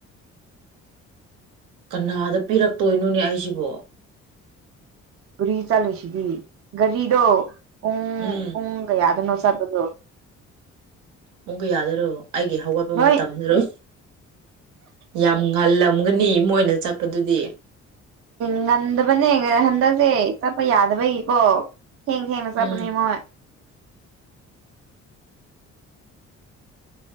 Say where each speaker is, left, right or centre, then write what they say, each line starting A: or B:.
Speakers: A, on the right (about 85°); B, on the right (about 50°).
A: ꯀꯅꯥꯗ ꯄꯤꯔꯛꯇꯣꯏꯅꯣꯅꯦ ꯑꯩꯁꯤꯕꯣ
B: ꯒꯥꯔꯤ ꯆꯠꯂꯨꯏꯁꯤꯗꯤ ꯒꯥꯔꯤꯗꯣ ꯄꯨꯡ
A: ꯎꯝ
B: ꯄꯨꯡ ꯀꯌꯥꯗꯅꯣ ꯆꯠꯄꯗꯣ
A: ꯄꯨꯡ ꯀꯌꯥꯗꯔꯣ ꯑꯩꯒꯤ ꯍꯧꯒꯠꯄ
B: ꯅꯣꯏ
A: ꯃꯇꯝꯗꯨꯔꯣ ꯌꯥꯝ ꯉꯥꯜꯂꯝꯒꯅꯤ ꯃꯣꯏꯅ ꯆꯠꯄꯗꯨꯗꯤ
B: ꯉꯟꯗꯕꯅꯦ ꯍꯟꯗꯛꯁꯦ ꯆꯠꯄ ꯌꯥꯗꯕꯩꯒꯤꯀꯣ ꯊꯦꯡꯅ ꯊꯦꯡꯅ ꯆꯠꯄꯅꯦ
A: ꯎꯝ
B: ꯃꯣꯏ